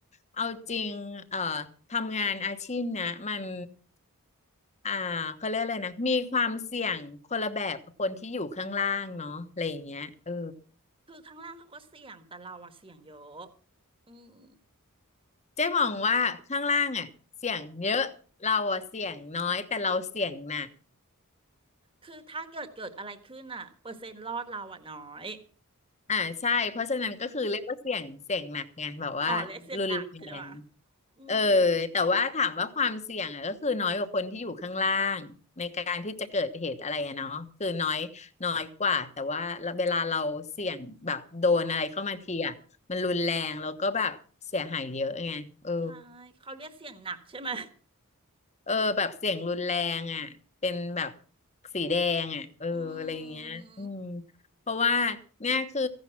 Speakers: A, on the left; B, on the right.
A: เอาจริงเอ่อทำงานอาชีพนะมันอ่าเขาเรียกอะไรนะมีความเสี่ยงคนละแบบกับคนที่อยู่ข้างล่างเนาะอะไรอย่างเงี้ยเออ
B: คือข้างล่างเขาก็เสี่ยงแต่เราอะเสี่ยงเยอะอืม
A: เจ๊มองว่าข้างล่างอ่ะเสี่ยงเยอะเราอ่ะเสี่ยงน้อยแต่เราเสี่ยงหนัก
B: คือถ้าเกิดเกิดอะไรขึ้นอะเปอร์เซ็นต์รอดเราอะน้อย
A: อ่าใช่เพราะฉะนั้นก็คือเรียกว่าเสี่ยงเสี่ยงหนักไงแบบว่ารุนแรง
B: อ๋อเรียกเสียงหนักใช่ไหมอืม
A: เออแต่ว่าถามว่าความเสี่ยงอ่ะก็คือน้อยกว่าคนที่อยู่ข้างล่างในการที่จะเกิดเหตุอะไรอะเนาะคือน้อยน้อยกว่าแต่ว่าเวลาเราเสี่ยงแบบโดนอะไรเข้ามาทีอ่ะมันรุนแรงแล้วก็แบบเสียหายเยอะไงเออ
B: อ๋อใช่เขาเรียกเสียงหนักใช่ไหม
A: เออแบบเสียงรุนแรงอ่ะเป็นแบบสีแดงอ่ะเอออะไรอย่างเงี้ยอืม
B: อืม
A: เพราะว่าเนี่ยคือ